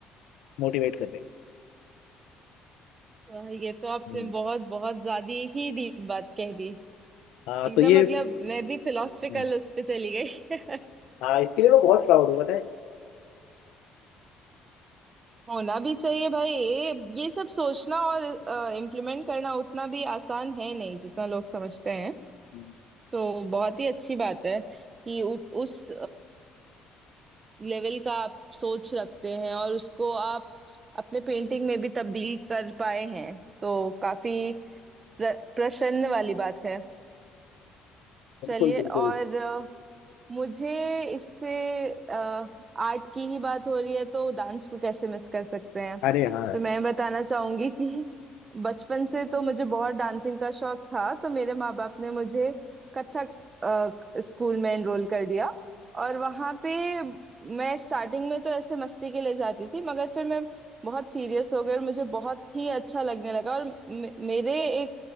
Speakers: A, on the left (about 80°); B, on the right (about 25°).
A: मोटिवेट कर रहे हैं
B: वाह, ये तो आपने
A: हम्म,
B: बहुत बहुत ज्यादा ही डीप बात कह दी
A: हाँ
B: एकदम
A: तो ये
B: मतलब मैं भी फिलोसफिकल
A: हम्म,
B: उस पे चली गई
A: हाँ इसके लिए मैं बहुत प्राउड हूँ पता है
B: <laughs> होना भी चाहिए भाई ये ये सब सोचना और इम्प्लीमेंट करना उतना भी आसान है नहीं जितना लोग समझते हैं
A: हम्म,
B: तो बहुत ही अच्छी बात है कि उ, उस लेवल का आप सोच रखते हैं और उसको आप अपने पेंटिंग में भी तब्दील कर पाए हैं तो काफी प्र, प्रसन्न वाली बात है
A: बिल्कुल
B: चलिए
A: बिल्कुल
B: और मुझे इससे आर्ट की ही बात हो रही है तो डांस को कैसे मिस कर सकते हैं
A: अरे हाँ
B: तो मैं बताना चाहूंगी कि बचपन से तो मुझे बहुत डांसिंग का शौक था तो मेरे माँ बाप ने मुझे कथक अ, स्कूल में एनरोल कर दिया और वहाँ पे मैं स्टार्टिंग में तो ऐसे मस्ती के लिए जाती थी मगर फिर मैं बहुत सीरियस हो गई और मुझे बहुत ही अच्छा लगने लगा और मे- मेरे एक